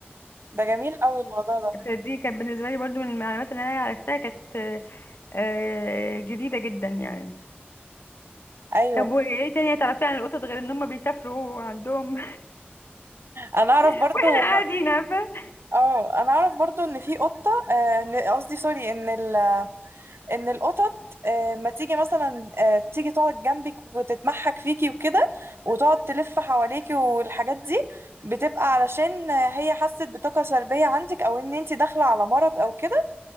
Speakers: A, on the right; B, on the left.
A: ده جميل قوي الموضوع ده
B: فدي كانت بالنسبة لي برضو من المعلومات اللي أنا عرفتها كانت آه، آه، جديدة جدا يعني
A: ايوه
B: طب وإيه تاني تعرفي عن القطط غير إن هما بيسافروا وعندهم
A: انا اعرف
B: <laughs>
A: برضو
B: وإحنا قاعدين
A: ما-
B: عارفة
A: اه انا اعرف برضو ان في قطه آه، إن- قصدي سوري ان ال... ان القطط آه، ما تيجي مثلا آه، تيجي تقعد جنبك وتتمحك فيكي وكده وتقعد تلف حواليكي والحاجات دي بتبقى علشان هي حست بطاقه سلبيه عندك او ان انت داخله على مرض او كده